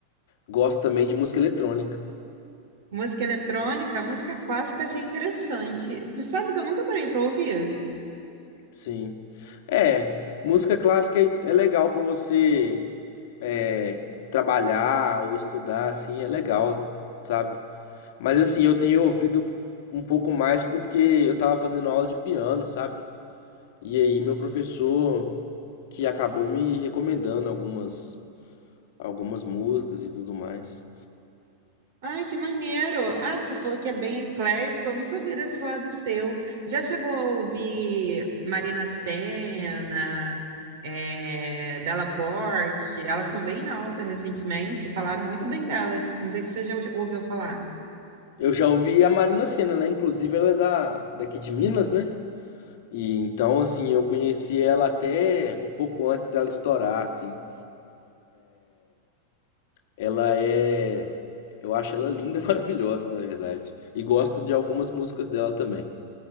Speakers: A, on the left; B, on the right.
A: gosto também de música eletrônica.
B: Música eletrônica, música clássica, achei interessante. Sabe que eu nunca parei pra ouvir?
A: Sim. É, música clássica é é legal pra você é, trabalhar ou estudar, assim, é legal, sabe? Mas assim, eu tenho ouvido um pouco mais porque eu tava fazendo aula de piano, sabe? E aí meu professor que acabou me recomendando algumas algumas músicas e tudo mais.
B: Ai, que maneiro! Ah, você falou que é bem eclético, eu não sabia desse lado seu. Já chegou a ouvir Marina Sena, eh, Bela Porte? Elas estão bem alta recentemente, falaram muito bem delas. Não sei se você já ouviu falar.
A: Eu já ouvi a Marina Sena, né? Inclusive ela é da, daqui de Minas, né? E então, assim, eu conheci ela até um pouco antes dela estourar, assim. Ela é. Eu acho ela linda, <laughs> maravilhosa, na verdade. E gosto de algumas músicas dela também.